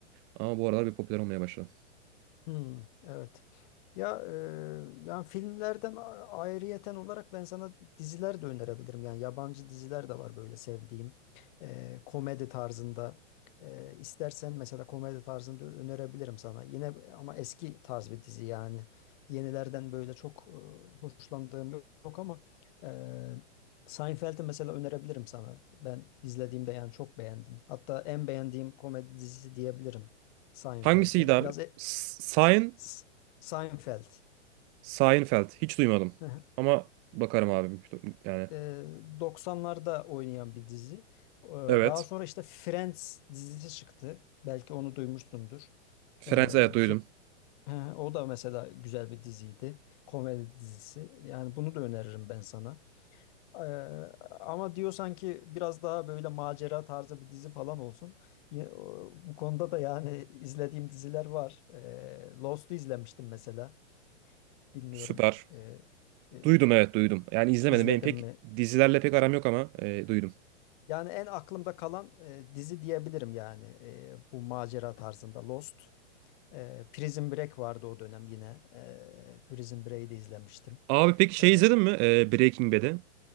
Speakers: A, on the right (about 30°); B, on the left (about 40°).
A: Ama bu aralar bir popüler olmaya başladı.
B: Hmm, evet. Ya e, yani filmlerden a- ayrıyeten olarak ben sana diziler de önerebilirim. Yani yabancı diziler de var böyle sevdiğim. E, komedi tarzında. E, istersen mesela komedi tarzında önerebilirim sana. Yine ama eski tarz bir dizi yani. Yenilerden böyle çok e, hoşlandığım yok, yok ama e, Seinfeld'i mesela önerebilirim sana. Ben izlediğimde yani çok beğendim. Hatta en beğendiğim komedi dizisi diyebilirim Seinfeld'e.
A: Hangisiydi abi?
B: Biraz e-
A: S- Sein,
B: S- S- Seinfeld.
A: Seinfeld. Hiç duymadım.
B: <laughs>
A: Ama bakarım abi. Yani
B: Ee, 90'larda oynayan bir dizi. Ee,
A: evet.
B: Daha sonra işte Friends dizisi çıktı. Belki onu duymuşsundur.
A: Friends
B: Ee,
A: evet duydum.
B: Fi- <laughs> O da mesela güzel bir diziydi. Komedi dizisi. Yani bunu da öneririm ben sana. Ee, Ama diyorsan ki biraz daha böyle macera tarzı bir dizi falan olsun. Ya- o- Bu konuda da yani izlediğim diziler var. Ee, Lost'u izlemiştim mesela. Bilmiyorum.
A: Süper.
B: Ee, e,
A: Duydum evet duydum. Yani izlemedim.
B: İzledim
A: Benim pek
B: mi?
A: dizilerle pek aram yok ama e, duydum.
B: Yani en aklımda kalan e, dizi diyebilirim yani e, bu macera tarzında Lost. E, Prison Break vardı o dönem yine. E, Prison Break'i de izlemiştim.
A: Abi peki şey
B: E,
A: izledin mi? E, Breaking Bad'i.